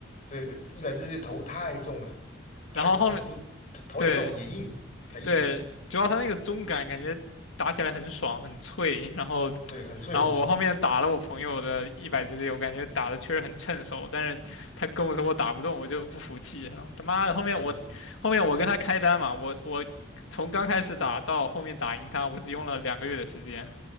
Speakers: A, on the left (about 40°); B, on the left (about 80°).
A: 对，一百只头太重了，
B: 然后后面
A: 太他不头也重也硬，
B: 对
A: 贼硬，
B: 对，主要它那个中感感觉打起来很爽很脆，然后
A: 对，很脆很硬。
B: 然后我后面打了我朋友的一百 g C，我感觉打的确实很趁手，但是他跟我说我打不动，我就不服气，然后他妈的后面我后面我跟他开单嘛，
A: 对你，
B: 我我从刚开始打到后面打赢他，我只用了两个月的时间，